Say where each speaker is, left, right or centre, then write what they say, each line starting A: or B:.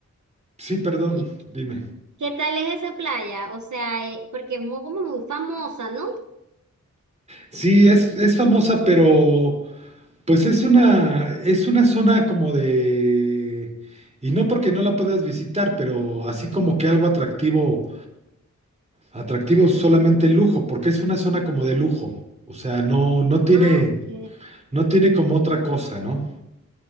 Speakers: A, on the right; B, on the right.
A: Sí, perdón,
B: ¿y
A: dime.
B: qué tal es esa playa? O sea, eh, porque es muy, como muy famosa, ¿no?
A: Sí, es, es famosa, pero pues es una, es una zona como de... Y no porque no la puedas visitar, pero así como que algo atractivo, atractivo solamente el lujo, porque es una zona como de lujo. O sea, no, no tiene,
B: Ah, ok.
A: no tiene como otra cosa, ¿no?